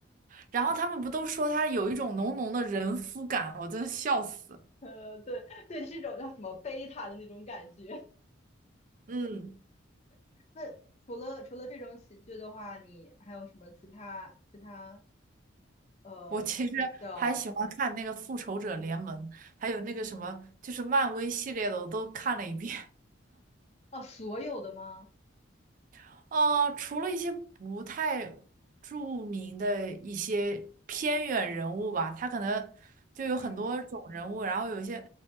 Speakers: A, on the right; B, on the left.
A: 然后他们不都说他有一种浓浓的人夫感，我真的笑死。
B: 呃，对对，是种叫什么贝塔的那种感觉。
A: 嗯。
B: <laughs> 那除了除了这种喜剧的话，你还有什么其他其他呃比较
A: 我其实还喜欢看那个《复仇者联盟》，还有那个什么，就是漫威系列的，我都看了一遍。
B: 哦所有的吗？
A: <laughs> 呃，除了一些不太著名的一些偏远人物吧，他可能就有很多种人物，
B: 嗯
A: 然后有一些